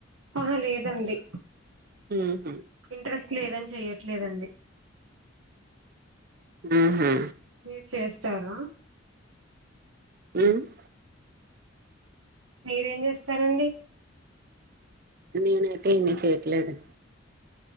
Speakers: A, on the right; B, on the right.
A: ఆహ్ లేదండి
B: మ్
A: ఇంట్రెస్ట్ లేదని చెయ్యట్లేదండి
B: ఉహు,
A: మీరు చేస్తారా
B: ఉమ్
A: మీరేం చేస్తారండి
B: నేనైతే ఏమి చేయట్లేదండి